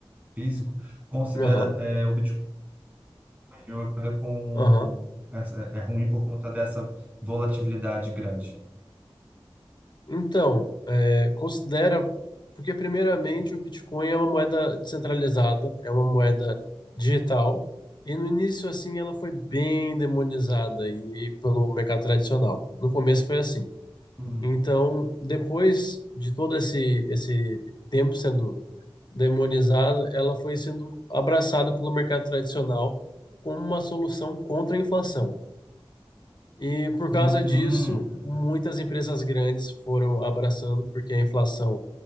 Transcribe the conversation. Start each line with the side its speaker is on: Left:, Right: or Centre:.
Right: físico, considera
Left: aham,
Right: é, o Bitcoin ou moeda com,
Left: aham.
Right: é, é ruim por conta dessa volatilidade grande?
Left: Então, é, considera, porque primeiramente o Bitcoin é uma moeda descentralizada, é uma moeda digital, e no início assim ela foi bem demonizada e pelo mercado tradicional. No começo foi assim.
Right: Hum,
Left: Então, depois de todo esse esse tempo sendo demonizada, ela foi sendo abraçada pelo mercado tradicional como uma solução contra a inflação. E por causa
Right: hum, hum.
Left: disso, muitas empresas grandes foram abraçando, porque a inflação